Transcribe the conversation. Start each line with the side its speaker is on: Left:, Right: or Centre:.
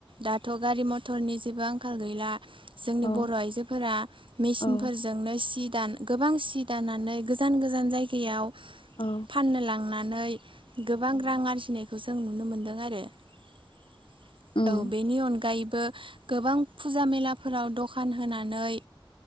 Right: दाथ' गारि मथरनि जेबो आंखाल गैला जोंनि
Left: औ
Right: बर' आइजोफोरा मेसिनफोरजोंनो
Left: औ
Right: सि दान गोबां सि दाननानै गोजान गोजान जायगायाव
Left: औ
Right: फाननो लांनानै गोबां
Left: उम
Right: रां आरजिनायखौ जों नुनो मोन्दों आरो <inaudible>
Left: उम
Right: औ बेनि अनगायैबो गोबां फुजा मेलाफोराव दखान होनानै